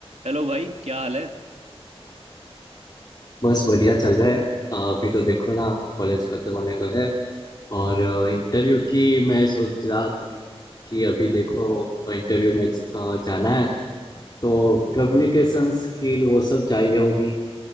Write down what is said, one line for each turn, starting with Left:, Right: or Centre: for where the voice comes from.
Right: Hello भाई क्या हाल है
Left: बस बढ़िया चल रहा है अ, अभी तो देखो ना कॉलेज खत्म होने को है और इंटरव्यू की मैं सोच रहा थी कि अभी देखो इंटरव्यू में अ, जाना है तो कम्युनिकेशन स्किल वो सब चाहिए होगी